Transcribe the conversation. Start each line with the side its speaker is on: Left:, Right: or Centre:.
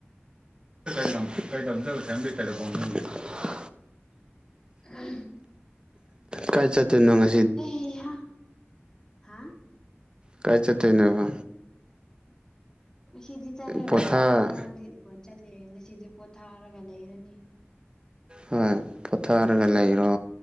Right: ꯂꯝ ꯀ ꯆꯝꯕ ꯀꯔꯉ <unintelligible>
Left: <unintelligible>
Right: ꯀꯥꯏ ꯆꯠꯇꯣꯏꯅꯣ ꯉ
Left: ꯑꯩ ꯍꯥ ꯍꯥ
Right: ꯀꯥꯏ ꯆꯠꯇꯣꯏꯅꯦꯕ
Left: ꯉꯁꯤꯗꯤ ꯆꯠꯂꯔꯣꯏꯗ
Right: ꯄꯣꯊꯥ
Left: ꯉꯔꯥꯡꯗꯤ <inaudible> ꯆꯠꯂꯦ ꯉꯁꯤꯗꯤ ꯄꯣꯠꯊꯥꯔꯒ ꯂꯩꯔꯅꯤ
Right: ꯍꯣꯏ ꯄꯣꯊꯔꯒ ꯂꯩꯔꯣ